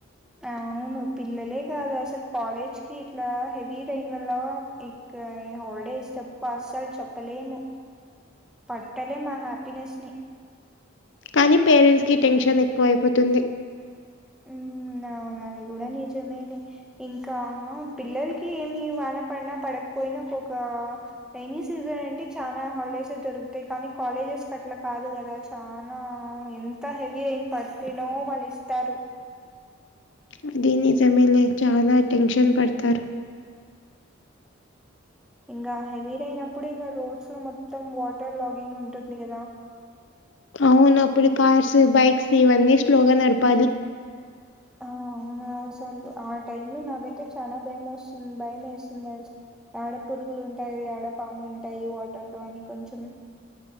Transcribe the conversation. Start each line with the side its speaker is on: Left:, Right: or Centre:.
Centre: అవును పిల్లలే గాదు అసల్ కాలేజ్ కి ఇట్లా హెవీ రెయిన్ వల్లా ఇక్కూ ఇగ హాల్డేస్ తప్పా అస్సల్ చొప్పలేము పట్టలేమ్ ఆ హ్యాపీనెస్ ని
Left: కానీ పేరెంట్స్ కి టెన్షన్ ఎక్కువైపోతుంది
Centre: ఉండా అవున గూడా నిజమే లే ఇంకా పిల్లల్కి ఏమి వాన పన్నా పడక్పోయినా ఒకొకా రెైన సీజన్ అంటే చానా హాల్డేసే జరుగుతాయ్ కానీ కాలేజెస్ కట్ల కాదు గదా తానా ఎంత హెవీ రెయిన్ పట్టినో వాళ్ళిస్తారు
Left: అది నిజమేలే చాల టెన్షన్ పడుతారు
Centre: ఇంగా హెవీ రెయిననప్పుడు ఇంగ రోడ్స్ లో మొత్తం వాటర్ లాగింగ్ ఉంటుంది గదా
Left: అవును అప్పుడు కార్సు బైక్సు ఇవన్నీ స్లోగా నడపాలి
Centre: ఆ అవునా అసలు ఆ టైమ్ లో నాకైతే చానా భయం వొస్తుంది భయమేస్తుంద్ దెల్ ఆడ పురుగులు ఉంటాయొ యాడ పాములు ఉంటాయి వాటర్ లో అని కొంచం